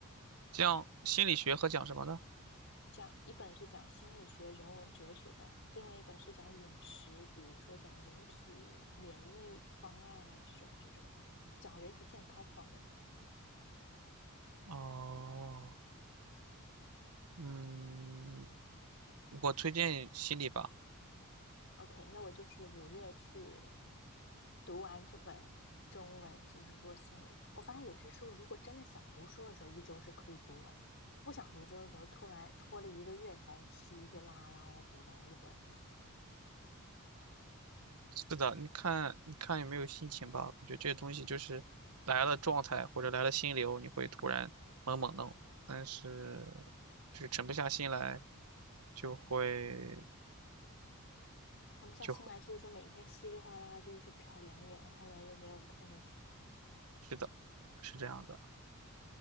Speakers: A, on the right; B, on the left.
A: 像心理学和讲什么的？
B: 讲一本是讲心理学、人文哲学的，另外一本是讲饮食，比如说讲人体免疫方案啊这种这种，讲人体健康方面的。
A: 哦，嗯，我推荐心理吧。
B: OK，那我就是五月去读完这本中文，就是说心里我发现有些时候如果真的想读书的时候，一周是可以读完；不想读书的时候，拖完拖了一个月才稀稀拉拉的读完一本。<laughs>
A: 是的，你看，你看有没有心情吧？我觉得这些东西就是来了状态或者来了心流，你会突然猛猛弄，但是就是沉不下心来，就会
B: 那不下心来，
A: 就会，
B: 就是说每天稀里哗啦，就是说瞟两眼，然后呢又没有看进去。
A: 是的，是这样的。